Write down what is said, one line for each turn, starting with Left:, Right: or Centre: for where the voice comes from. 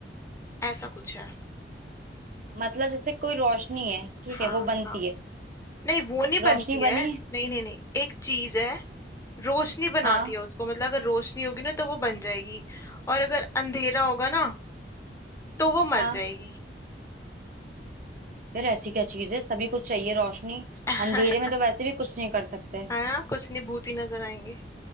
Left: ऐसा कुछ है
Right: मतलब जैसे कोई रोशनी है ठीक
Left: हाँ
Right: है वो बनती
Left: हाँ
Right: है
Left: नहीं वो नहीं
Right: रोशनी
Left: बनती है
Right: बनी है
Left: नहीं नहीं नहीं एक चीज है रोशनी बनाती
Right: हाँ
Left: है उसको मतलब अगर रोशनी होगी ना तो वो बन जाएगी और अगर अंधेरा होगा ना तो वो मर
Right: हाँ
Left: जाएगी
Right: यार ऐसी क्या चीज है सभी कुछ चाहिए रोशनी
Left: <laughs>
Right: अंधेरे में तो वैसे भी कुछ नहीं कर सकते
Left: है ना कुछ नहीं भूत ही नजर आएंगे